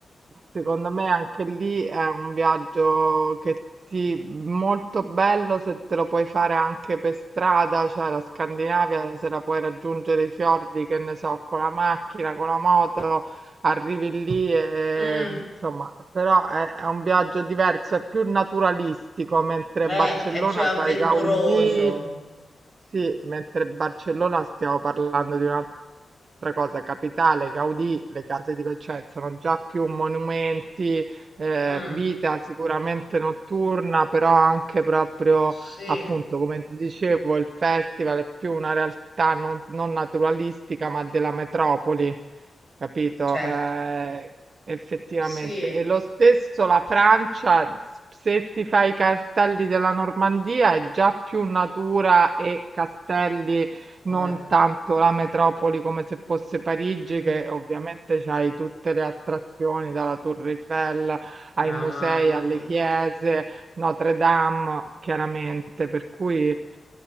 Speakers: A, on the right (about 50°); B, on the left (about 30°).
A: Secondo me anche lì è un viaggio che ti molto bello se te lo puoi fare anche per strada, cioè la Scandinavia, se la puoi raggiungere i fiordi, che ne so, con la macchina, con la moto, arrivi lì e
B: Mm,
A: mm, insomma, però è, è un viaggio diverso, è più naturalistico, mentre
B: eh,
A: Barcellona
B: è più avventuroso.
A: c'hai Gaudì, sì, mentre Barcellona stiamo parlando di un'altra cosa, capitale, Gaudì, le case di Gauchet sono già più monumenti, eh,
B: Mm,
A: vita sicuramente notturna, però anche proprio
B: sì,
A: appunto, come ti dicevo, il festival è più una realtà non non naturalistica, ma della metropoli. Capito?
B: certo,
A: Eh, effettivamente.
B: sì.
A: E lo stesso la Francia, se ti fai i castelli della Normandia, è già più natura e castelli,
B: Eh,
A: non tanto la metropoli come se fosse Parigi,
B: mm,
A: che ovviamente c'hai tutte le attrazioni, dalla Torre Eiffel ai
B: mamma
A: musei,
B: mia.
A: alle chiese, Notre Dame, chiaramente, per cui